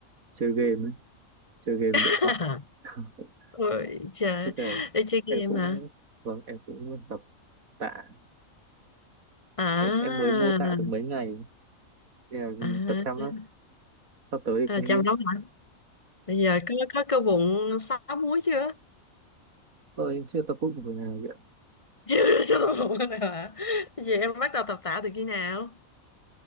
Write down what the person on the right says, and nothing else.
chơi game, ấy, chơi game
điện thoại. <laughs>
Tức là
em cũng,
vâng, em cũng tập tạ.
Em em mới mua tạ được mấy ngày, nên là
tập chăm lắm. Sắp tới
thì không
biết.
Tôi em chưa tập bụng của nhà vậy